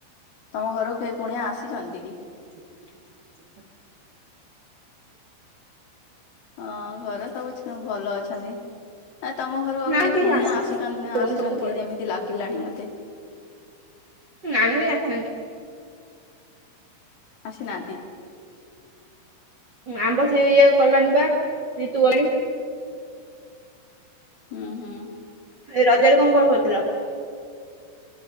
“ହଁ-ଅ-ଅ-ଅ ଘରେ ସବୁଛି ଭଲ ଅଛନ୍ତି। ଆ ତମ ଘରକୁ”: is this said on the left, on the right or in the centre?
Left